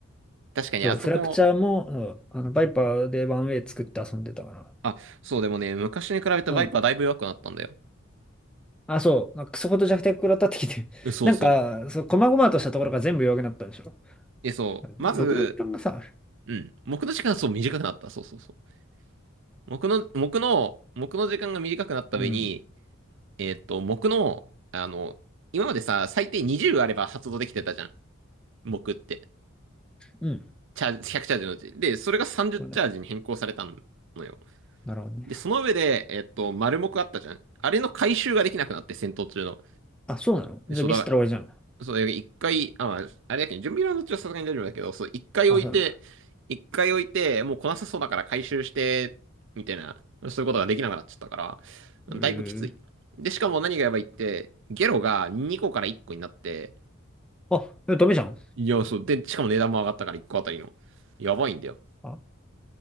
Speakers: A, on the right; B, in the centre.
A: 確かにあそこも、
B: そう、フラクチャーも、うんあの、バイパーでワンウェイ作って遊んでたかな。
A: あ、そうでもね、昔に比べてバイパーだいぶ弱くなったんだよ。
B: うん。あ、そう。なんかクソほど弱体食らったってきて。<laughs>
A: うんそうそう。
B: なんか、そう、細々としたところが全部弱くなったんでしょ。
A: え、そう。
B: 毒の時間がさ、
A: まず、
B: あれ
A: うん。木の時間がそう短くなった。そうそうそう。木の、木の、木の時間が短くなった上に、
B: うん。
A: えーっと、木の、あの、今までさ、最低20あれば発動できてたじゃん。木って。
B: うん。
A: チャージ、100チャージのうち。で、それが30チャージに変更されたの
B: そうだよ
A: よ。
B: なるほどね。
A: で、その上で、えーっと、丸木あったじゃん。あれの回収ができなくなって、戦闘中の。
B: あ、そうなのじゃあミスったら終わりじゃん。
A: そうだから、そう、一回、あ、まあ、あれだけど、準備ラウンド中はさすがに大丈夫だけど、そう、一回置いて、
B: あ、そうなんだ。
A: 一回置いて、もう来なさそうだから回収して、みたいな、そういうことができなくなっちゃったから、
B: うー。
A: だいぶきつい。で、しかも何がやばいって、ゲロが2個から1個になって、
B: あ、えダメじゃん。
A: いや、そう。で、しかも値段も上がったから1個あたりの。やばいんだよ。
B: あ